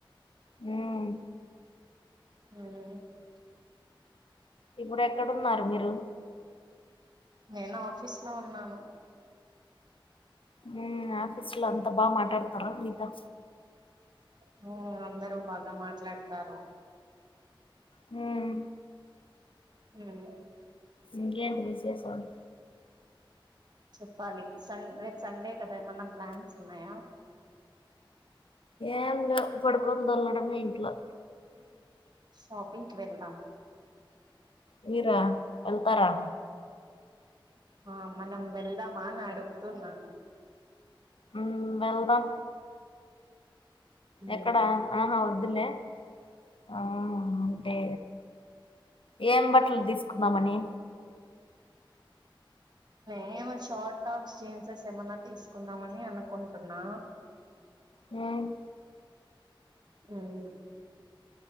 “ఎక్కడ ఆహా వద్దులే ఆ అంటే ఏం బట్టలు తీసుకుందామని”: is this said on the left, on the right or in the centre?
Left